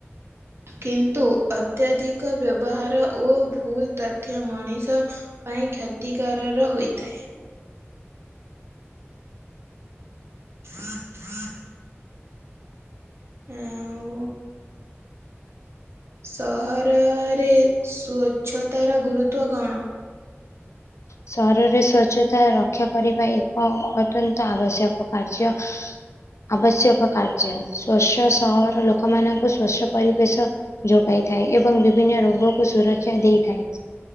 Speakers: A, on the right; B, on the left.
A: କିନ୍ତୁ ଅତ୍ୟଧିକ ବ୍ୟବହାର ଓ ଭୁଲ ତଥ୍ୟ ମଣିଷ ପାଇଁ କ୍ଷତିକାରର ହୋଇଥାଏ। ହଁ ହଁ <unintelligible> ଆଉ ସହରରେ ସ୍ୱଚ୍ଛତାର ଗୁରୁତ୍ବ କଣ?
B: ସହରରେ ସ୍ଵଚ୍ଛତା ରକ୍ଷା କରିବା ଏକ ଅତ୍ୟନ୍ତ ଆବଶ୍ୟକ। କାର୍ଯ୍ୟ ଆବଶ୍ୟକ କାର୍ଯ୍ୟ, ସ୍ଵଚ୍ଛ ସହର ଲୋକମାନାନଙ୍କୁ ସ୍ଵଚ୍ଛ ପରିବେଶ ଯୋଗାଇ ଥାଏ। ଏବଂ ବିଭିନ୍ନ ରୋଗକୁ ସୁରକ୍ଷା ଦେଇଥାଏ,